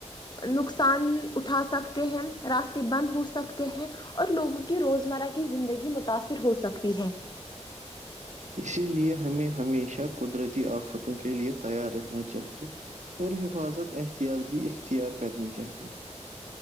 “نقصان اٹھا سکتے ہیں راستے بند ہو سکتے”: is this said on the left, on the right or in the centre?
Left